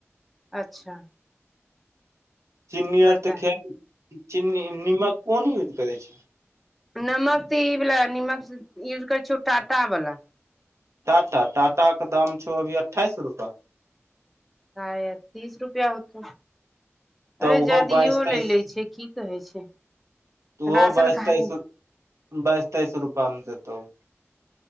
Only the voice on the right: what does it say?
चिन्नी
आर तऽ ख चिन्नी नमक कोन यूज करै छै
टाटा टाटा के दाम छौ अभी अठाइस रुपआ
तऽ
ओहो
बाइस तेइस
ओहो
बाइस
तेइस बाइस तइस रुपए आ हम जतौ